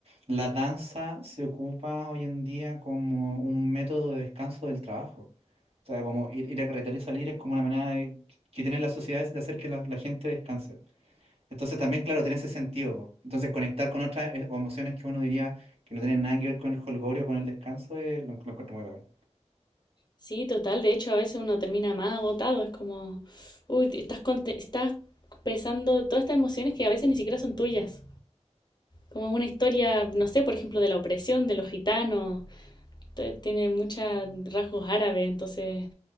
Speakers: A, on the right (about 55°); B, on the left (about 35°).
A: la danza se ocupa hoy en día como un método de descanso del trabajo. O sea, como ir, ir a carretera y salir es como una manera de, que tienen las sociedades de hacer que la, la gente descanse. Entonces también, claro, tiene ese sentido. po. Entonces conectar con otras eh, emociones que uno diría que no tienen nada que ver con el jolgorio, con el descanso, eh, lo, lo encuentro muy bacán.
B: Sí, total, de hecho a veces uno termina más agotado, es como, uy, te- estás, conte- estás pesando todas estas emociones que a veces ni siquiera son tuyas. como una historia, no sé, por ejemplo, de la opresión de los gitanos, tiene muchos rasgos árabes, entonces